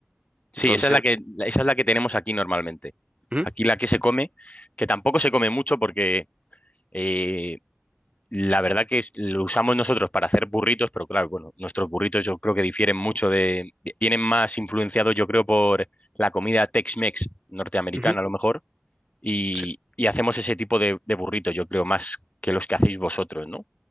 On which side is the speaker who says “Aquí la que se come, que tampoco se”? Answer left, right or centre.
Left